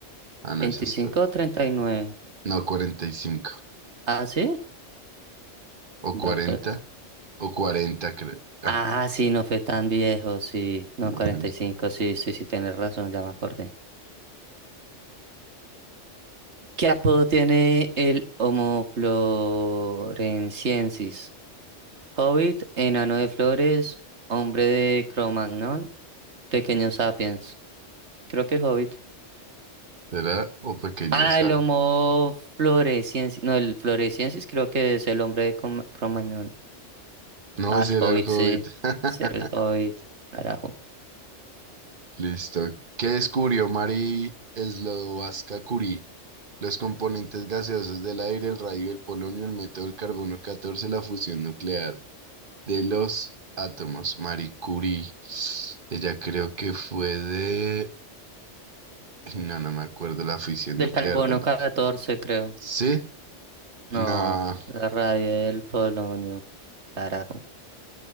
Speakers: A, on the right; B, on the right.
A: Ah, no,
B: 25
A: esa está.
B: o 39.
A: No, 45.
B: ¿Ah, sí?
A: O 40,
B: Va pa-
A: o 40, creo. Ah,
B: Ah, sí, no fue tan viejo, sí. No,
A: no,
B: 45,
A: no,
B: sí, sí, sí, tienes razón, ya me acordé. ¿Qué apodo tiene el Homo floresiensis? Hobbit, enano de flores, hombre de Cromagnon, pequeño sapiens. Creo que es Hobbit.
A: será o pequeño
B: Ah,
A: sad.
B: el Homo floresiensis. No, el floresiensis creo que es el hombre de Cro- Cromagnon.
A: No,
B: Ah,
A: será
B: el Hobbit,
A: el Hobbit.
B: sí.
A: <laughs>
B: Ser el Hobbit. Carajo.
A: Listo. ¿Qué descubrió Marie Slodowska Curie? Los componentes gaseosos del aire, el radio, el polonio, el método del carbono 14, la fusión nuclear. de los átomos, Marie Curie. Ella creo que fue de... No, no me acuerdo la fisión
B: Del
A: nuclear
B: carbono
A: de la...
B: 14 creo.
A: ¿Sí?
B: No,
A: No,
B: la radio del polonio. Carajo.